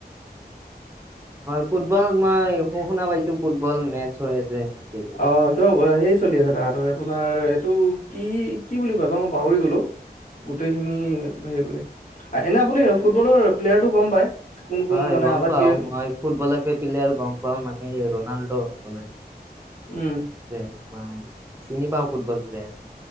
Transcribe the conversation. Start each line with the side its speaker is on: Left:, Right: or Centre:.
Right: হয় ফুটবল মই শু শুনা পাইছো ফুটবল মেচ হৈ আছে। এইকেইদিন।
Left: অ' <unintelligible> সেই চলি আছে তাহতৰ আপোনাৰ এইটো কি- কি বুলি কয় বা মই পাহৰি গ'লো। গোটেইখিনি হেই বোলে এনে আপুনি ফুটবলৰ প্লেয়াৰটো গম পায়। কোন কোন
Right: হয়
Left: মানে
Right: গম
Left: আটাইতকে
Right: পাও মই ফুটবলৰ প্লেয়াৰ গম পাও মানে ৰনাল্ডো আপোনাৰ।
Left: উম।
Right: যে মই চিনি পাওঁ ফুটবল প্লেয়াৰ।